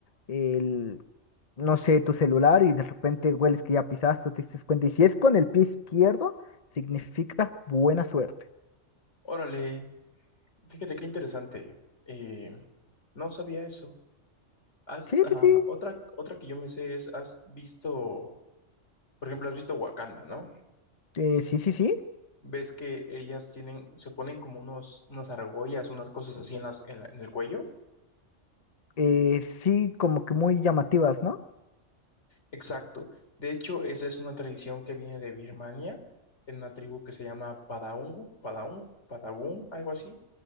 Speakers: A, on the left; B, on the left.
A: el, no sé, tu celular y de repente hueles que ya pisaste, te das cuenta. Y si es con el pie izquierdo, significa buena suerte.
B: Órale, Fíjate qué interesante. Eh, no sabía eso. Has,
A: Sí,
B: ah,
A: sí, sí.
B: otra, otra que yo me sé es, has visto, por ejemplo, has visto Wakanda, ¿no?
A: Eh, sí, sí, sí.
B: Ves que ellas tienen, se ponen como unos, unas argollas, unas cosas así en las, en la- en el cuello.
A: Eh, sí, como que muy llamativas, ¿no?
B: Exacto. De hecho, esa es una tradición que viene de Birmania, en una tribu que se llama Padaungu, Padaung, Padagun, algo así.